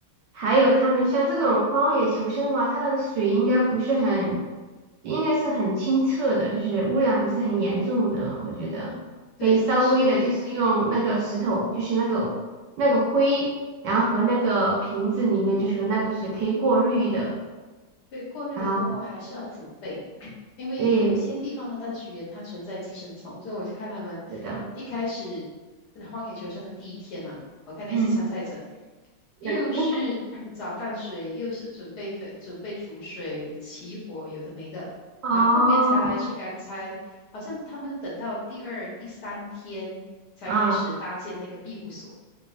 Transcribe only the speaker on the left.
对，但是
对过滤了过后还是要煮沸，
<clears throat> 因为有些地方的淡水源它存在寄生虫，
所以我就看他们一开始呃荒野求生的第一天啊，
我看那些参赛者，
又是嗯找淡水，
又是准备水，准备煮水、起火，有的没的。
然后后面才来是刚才，好像他们等到第二、第三天才开始搭建那个庇护所。